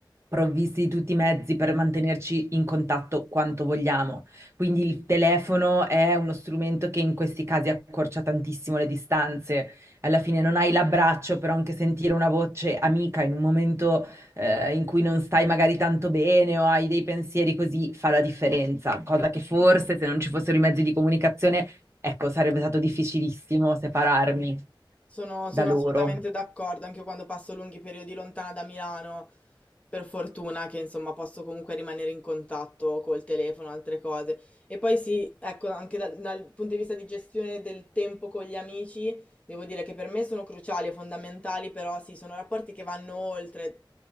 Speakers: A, on the right (about 35°); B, on the left (about 15°).
A: provvisti di tutti i mezzi per mantenerci in contatto quanto vogliamo. Quindi il telefono è uno strumento che in questi casi accorcia tantissimo le distanze. Alla fine non hai l'abbraccio, però anche sentire una voce amica in un momento eh, in cui non stai magari tanto bene o hai dei pensieri così fa la differenza, cosa che forse se non ci fossero i mezzi di comunicazione Ecco, sarebbe stato difficilissimo separarmi
B: Sono,
A: da
B: sono
A: loro.
B: assolutamente d'accordo, anche io quando passo lunghi periodi lontana da Milano, per fortuna che insomma posso comunque rimanere in contatto col telefono, altre cose. E poi sì, ecco, anche dal, dal punto di vista di gestione del tempo con gli amici, devo dire che per me sono cruciali e fondamentali, però sì, sono rapporti che vanno oltre